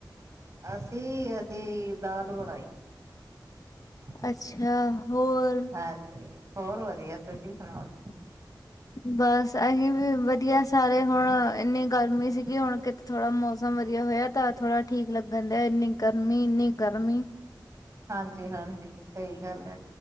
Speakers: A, on the right; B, on the left.
A: ਅਸੀਂ-ਅਸੀਂ ਦਾਲ ਬਣਾਈ ਸੀ।
B: ਅੱਛਾ, ਹੋਰ।
A: ਹਾਂਜੀ, ਹੋਰ ਵਧੀਆ, ਤੁਸੀਂ ਸੁਣਾਓ? ਜੀ
B: ਬਸ ਅਸਹੀ ਵੀ ਵਧੀਆ ਸਾਰੇ ਹੁਣ ਐਨੀ ਗਰਮੀ ਸੀਗੀ ਹੁਣ ਕਿ ਥੋੜਾ ਮੌਸਮ ਵਧੀਆ ਹੋਇਆ ਤਾਂ ਥੋੜਾ ਠੀਕ ਲੱਗਣ ਡਿਆ ਐਨੀ ਗਰਮੀ, ਇੰਨੀ ਗਰਮੀ
A: ਹਾਂਜੀ-ਹਾਂਜੀ, ਸਹੀ ਗੱਲ ਐ।